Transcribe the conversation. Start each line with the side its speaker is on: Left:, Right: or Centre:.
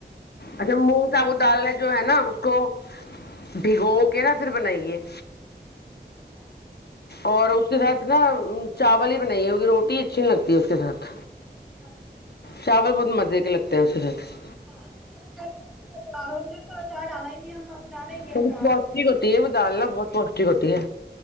Left: اچھا مونگ سابوت دال نے جو ہے نا اس کو بھگو کے نا پھر بنائیے
Centre: اچھا
Left: اور اس کے ساتھ نا چاول ہی بنائیے ہوی روٹی اچھی نہیں لگتی ہے اس کے ساتھ
Centre: اچھا
Left: چاول بہت مزے کے لگتے ہیں اس وقت
Centre: ہاں تو اچار ہم نے اس اچار ڈالا ہی نہیں ہم ڈالیں گے
Left: تھوڑی
Centre: اچار
Left: پوشٹک ہوتی ہے وہ ڈالنا بہت پوشٹک ہوتی ہے